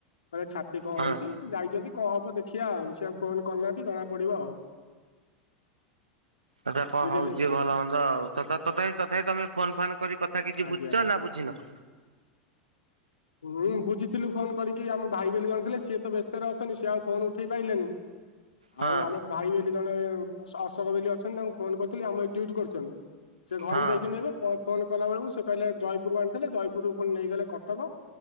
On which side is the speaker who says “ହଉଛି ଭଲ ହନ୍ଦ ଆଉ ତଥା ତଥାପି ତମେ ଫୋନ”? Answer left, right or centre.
Right